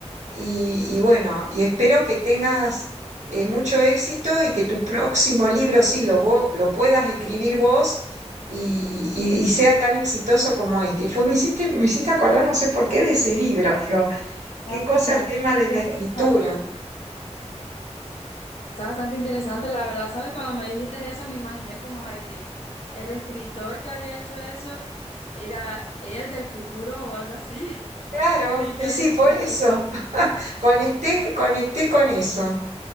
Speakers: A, on the right; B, on the left.
A: y, y bueno, y espero que tengas eh, mucho éxito y que tu próximo libro sí lo, vo- lo puedas escribir vos. Y, y- y sea tan exitoso como este. Y fue, me hiciste, me hiciste acordar, no sé por qué, de ese libro. Digo,
B: Ah,
A: Qué cosa
B: pues, ah,
A: el tema de
B: qué
A: la
B: interesante.
A: escritura.
B: Está bastante interesante, la verdad, ¿sabes? Cuando me dijiste eso, me imaginé como de que el escritor que había hecho eso era él del futuro o algo así. <laughs>
A: Claro,
B: Creí
A: eh,
B: que algo
A: sí,
B: así
A: por
B: ibas
A: eso.
B: a decir.
A: <laughs> Conecté, conecté con eso.